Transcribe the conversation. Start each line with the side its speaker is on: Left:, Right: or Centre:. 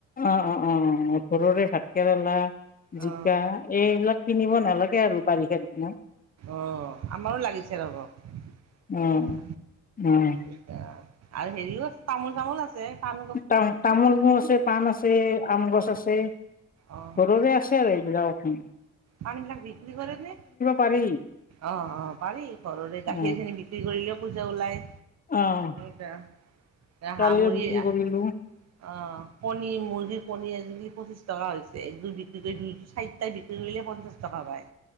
Left: অ অ অ অ ঘৰৰে ভাত কেৰেলা
Right: অ
Left: জিকা এইবিলাক কিনিব নালাগে আৰু বাৰিষাৰ দিনত
Right: অ আমাৰো লাগিছে ৰ'ব অ।
Left: উম, উম,
Right: এয়া আৰু হেৰিও আছে তামোল চামোল আছে পাণো
Left: তামোল তামোল মোৰ আছে পাণ আছে আম গছ
Right: অ
Left: আছে
Right: অ
Left: ঘৰৰে আছে আৰু এইবিলাকখন।
Right: পানীবিলাক বিক্ৰী কৰে নে
Left: পাৰি
Right: অ অ পাৰি ঘৰৰে গাখীৰ
Left: অ',
Right: খিনি বিক্ৰী কৰিলেও পইছা ওলায়
Left: অ
Right: এতিয়া তই
Left: কালিও
Right: সামৰি
Left: বিক্ৰী
Right: আহ
Left: কৰিলোঁ
Right: অ' কণী মুৰ্গীৰ কণী আজিকালি পঁচিশ টকা হৈছে একযোৰ বিক্ৰী কৰি দুই চাৰিটাই বিক্ৰী কৰিলে পঞ্চাশ টকা পায়